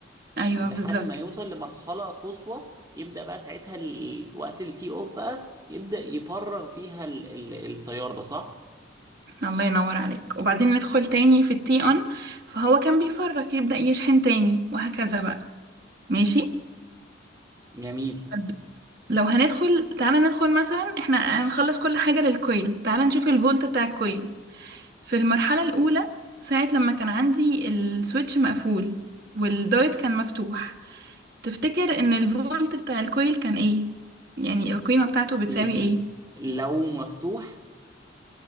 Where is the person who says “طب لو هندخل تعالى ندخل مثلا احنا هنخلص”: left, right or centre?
Right